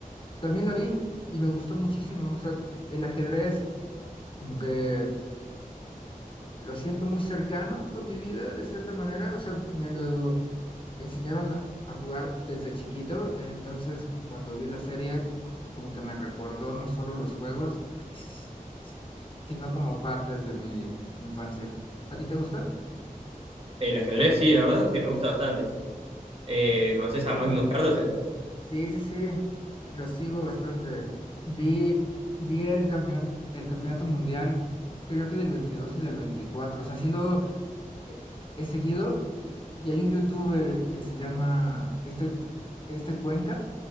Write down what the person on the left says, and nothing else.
También la vi y me gustó muchísimo. O sea, el ajedrez como que lo siento muy cercano con mi vida de cierta manera. O sea, me lo enseñaron a a jugar desde chiquito. Entonces, cuando vi la serie, como que me recordó no solo los juegos, s- sino como partes de mi infancia. ¿A ti te gusta?
Padre.
Sí, sí, sí, lo sigo bastante. Vi, vi el campeón, el campeonato mundial, creo que del 22 y del veinticuatro O sea, sí lo eh, he seguido y, y hay un youtuber que se llama este, este Cuenca.